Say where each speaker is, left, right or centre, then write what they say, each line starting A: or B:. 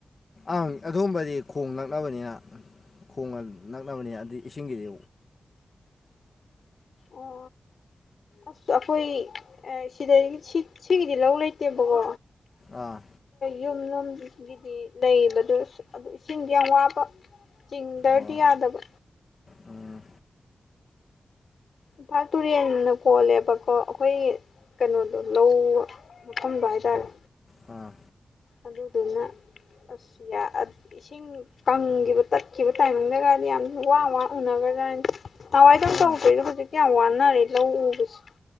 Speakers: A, on the left; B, on the left.
A: ꯑꯪ ꯑꯗꯨꯒꯝꯕꯗꯤ ꯈꯣꯡ ꯅꯛꯅꯕꯅꯤꯅ ꯈꯣꯡꯒ ꯅꯛꯅꯕꯅꯤꯅ ꯑꯗꯩ ꯏꯁꯤꯡꯒꯤꯗꯤ
B: ꯑꯣ ꯑꯁ ꯑꯩꯈꯣꯏ ꯁꯤꯗ ꯁꯤꯒꯤꯗꯤ ꯂꯧ ꯂꯩꯇꯦꯕꯀꯣ
A: ꯑꯥ
B: ꯌꯨꯝꯂꯣꯝꯒꯤꯗꯤ ꯂꯩꯕꯗ ꯑꯗꯨ ꯏꯁꯤꯡꯗꯣ ꯌꯥꯝ ꯋꯥꯕ ꯆꯤꯡꯗ꯭ꯔꯗꯤ
A: ꯑꯣ
B: ꯌꯥꯗꯕ
A: ꯎꯝ
B: ꯏꯝꯐꯥꯜ ꯇꯨꯔꯦꯜꯅ ꯀꯣꯜꯂꯦꯕꯀꯣ ꯑꯩꯈꯣꯏ ꯀꯩꯅꯣꯗꯣ ꯂꯧ ꯃꯐꯝꯗꯣ ꯍꯥꯏ ꯇꯥꯔꯦ
A: ꯑꯥ
B: ꯑꯗꯨꯗꯨꯅ ꯑꯁ ꯌꯥ ꯑꯥ ꯏꯁꯤꯡ ꯀꯪꯈꯤꯕ ꯇꯠꯈꯤꯕ ꯇꯥꯏꯃꯤꯡꯗꯒꯗꯤ ꯌꯥꯝ ꯋꯥ ꯋꯥꯅ ꯎꯅꯒ ꯕꯦꯔꯅꯤ ꯅꯋꯥꯏꯗꯧꯅ ꯇꯧꯗ꯭ꯔꯦꯗ
A: ꯑꯥ
B: ꯍꯧꯖꯤ ꯌꯥꯝ ꯋꯥꯅꯔꯦ ꯂꯧ ꯎꯕꯁꯦ